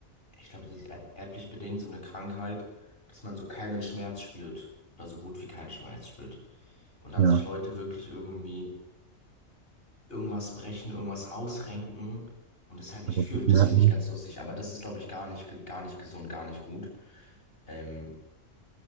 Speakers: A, on the left (about 45°); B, on the right (about 65°).
A: ich glaube, die ist er- erblich bedingt, so eine Krankheit, dass man so keinen Schmerz spürt oder so gut wie keinen Schmerz spürt. Und dann
B: Ja,
A: sich Leute wirklich irgendwie irgendwas brechen, irgendwas ausrenken und es halt nicht
B: also
A: fühlen.
B: das
A: Das
B: merken.
A: finde ich ganz lustig, aber das ist, glaube ich, gar nicht, ge- gar nicht gesund, gar nicht gut. Ähm,